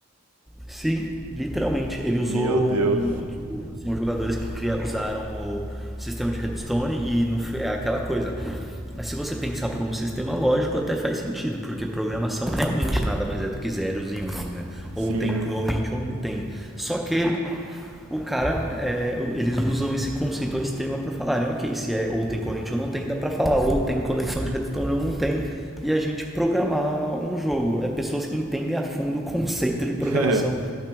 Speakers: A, in the centre; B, on the right.
A: Sim, literalmente. Ele
B: Meu
A: usou
B: Deus.
A: um. Tipo, são jogadores que cria- usaram o sistema de redstone e no, fi- é aquela coisa. Mas se você pensar por um sistema lógico, até faz sentido, porque programação realmente nada mais é do que zeros e uns, né?
B: Sim.
A: Ou tem corrente ou não tem. Só que o cara, é, eles usam esse conceito ao extremo para falarem, ok, se é ou tem corrente ou não tem, dá para falar ou tem conexão de redstone ou não tem, e a gente programar um jogo. É pessoas que entendem a fundo o conceito de programação
B: <laughs>